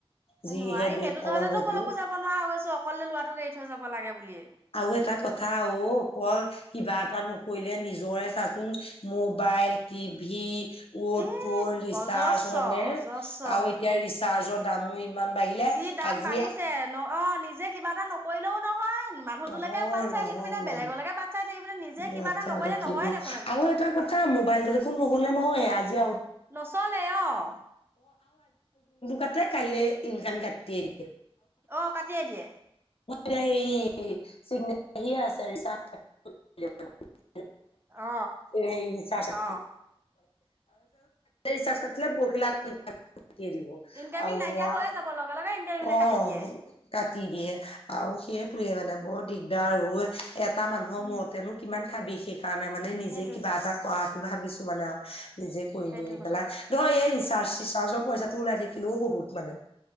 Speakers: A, on the left; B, on the right.
A: যিহে
B: নোৱাৰি
A: দেশ
B: সেইটো
A: কালৰ
B: জহতে
A: গতি
B: তো কলেকো যাব নোৱাৰা হৈছো অকলে লোৱাটো এৰি থৈ যাব লাগে বুলিয়ে
A: আৰু এটা কথা অ ওপৰ কিবা এটা নকৰিলে নিজৰে চাচোন মোবাইল টিভি।
B: এ
A: টো ৰিচাৰ্জ
B: অজস্ৰ
A: মনেে
B: অজস্ৰ
A: আৰু এতিয়া ৰিচাৰ্জৰ দামো ইমান বাঢ়িলে
B: যি দাম
A: আজি
B: বাঢ়িছে ন অ নিজে কিবা এটা নক কৰিলেও নহয় মানুহটোলৈকে
A: নহয়
B: বাট চাই
A: নহয়
B: থাকিমনে
A: মানে
B: বেলেগৰলৈকে বাট চাই থাকি পিনে নিজে
A: বাচ্ছাহঁতে
B: কিবা এটা নকৰিলে
A: কি
B: নহয়
A: কি
B: দেখ।
A: আৰু এটা কথা মোবাইলটো দেখোন নহলে নহয় আজি
B: নচলে অ
A: জতে কাললে ইনকম কাটি। <unintelligible>
B: অ কাটিয়ে দিয়ে
A: য়া সেই চিগ্নে আছে। <unintelligible> <inaudible>
B: অ
A: এই চাস <unintelligible>
B: অ
A: চ হিচ পিল প <unintelligible> কাটি দিব
B: ইনকামিং
A: আৰু
B: নাইকিয়া
A: ৰ
B: হৈয়ে যাব লগে লগে ইনকামিং
A: অ
B: কাটি দিয়ে
A: কা দি দিয়ে আৰু সেইটোৱে মানে বৰ দিগদাৰ এটা মানুহৰ
B: উম
A: মূৰতেনো কিমান খাবি সেইকাৰণে মানে নিজে
B: সেইটোৱে
A: কিবা এটা কৰাটো ভাবিছো মানে আৰু নিজে কৰি
B: সেইটোৱে
A: মেলি
B: কথা
A: পেলাই নহয় এই ৰিচাৰ্জ চিচাৰ্জৰ পইচাটো ওলাই থাকিলেও বহুত মানে।